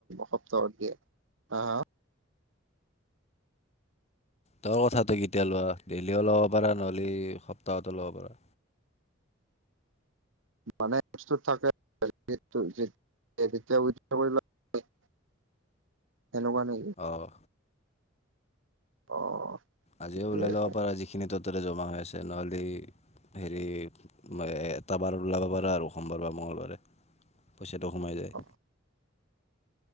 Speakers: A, on the right (about 75°); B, on the left (about 35°).
A: সপ্তাহতে হ হা
B: তই কথাটো কেতিয়া লোৱা দেললিও ল'ব পাৰা নহ'লে সপ্তাহতো ল'ব পাৰা
A: মানে থাকে <unintelligible> সেনেকুৱা নেকি
B: অ
A: অ
B: আজিও
A: ঠিকে
B: ওলাই
A: আছে
B: লব পাৰা যিখিনি তততে জমা হৈ আছে নহ'লে হেৰি এটা বাৰ ওলাব পাৰা আৰু সোমবাৰ বা মংগলবাৰে
A: <unintelligible>
B: খেতক সোমাই যায়
A: অ